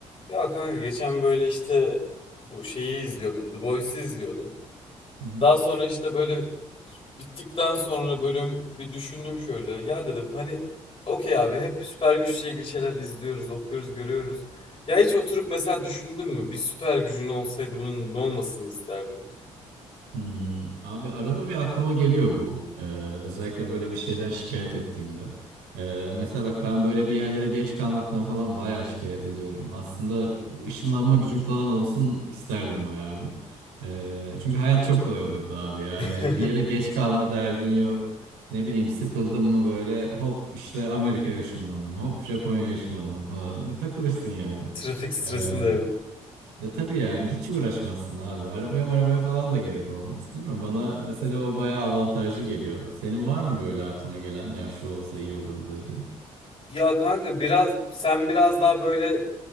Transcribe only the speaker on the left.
Ya kanka geçen böyle işte bu şeyi izliyordum. The Boys'i izliyordum.
Daha sonra işte böyle bittikten sonra bölüm bir düşündüm şöyle. Ya dedim hani okey abi hep süper güçle ilgili şeyler izliyoruz, okuyoruz, görüyoruz. Ya hiç oturup mesela düşündün mü? Bir süper gücün olsaydı bunun ne olmasını isterdin?
<laughs>
Trafik stresin
de yok.
Ya kanka biraz sen biraz daha böyle